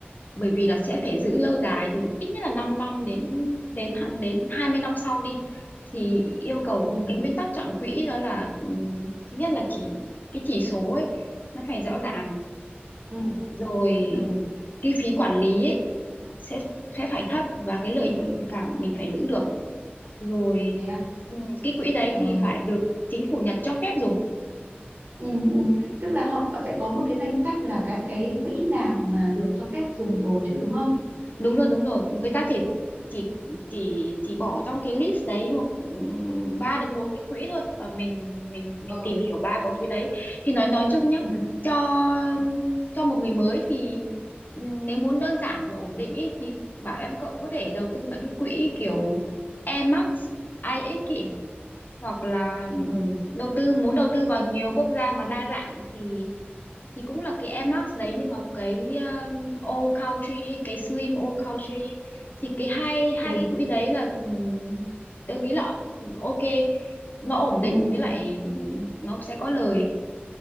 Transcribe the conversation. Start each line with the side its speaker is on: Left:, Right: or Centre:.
Left: bởi vì là sẽ phải giữ lâu dài từ ít nhất là 5 năm đến đến hạn đến 20 năm sau đi thì yêu cầu
Right: ừ
Left: cái nguyên tắc chọn quỹ đó là ừm, thứ nhất là chỉ cái chỉ số ấy nó phải rõ ràng
Right: ừ,
Left: rồi
Right: ừ.
Left: cái phí quản lý ấy sẽ sẽ phải thấp và cái lợi nhuận càng mình phải giữ được rồi
Right: thế à?
Left: ừm, cái quỹ đấy
Right: Ờ,
Left: thì phải được chính phủ Nhật cho phép dùng
Right: Ừ, ừ. Tức là họ sẽ có một cái danh sách là các cái quỹ nào mà được cho phép dùng rồi chứ đúng không?
Left: đúng rồi đúng rồi người ta chỉ chỉ chỉ chỉ bỏ trong cái list đấy một ừm, ba đến bốn cái quỹ thôi và mình mình mình
Right: Ừ,
Left: tìm hiểu ba bốn quỹ đấy thì nói nói chung nhá
Right: ừ,
Left: cho ừm, cho một người mới thì ừm, nếu muốn đơn giản và ổn định ý, thì bảo em cậu có thể đầu tư mấy cái quỹ kiểu Emax IX ý, hoặc là ừ,
Right: ừ,
Left: đầu tư muốn đầu tư vào nhiều quốc gia mà đa dạng thì thì cũng là cái Air Max đấy nhưng mà cái um, All Country ấy, cái Slim All Country ấy, thì cái hai hai
Right: ừ,
Left: cái quỹ đấy là ừm, tôi nghĩ là ừ, ok nó ổn
Right: ừ.
Left: định với lại
Right: ừ.
Left: nó sẽ có lời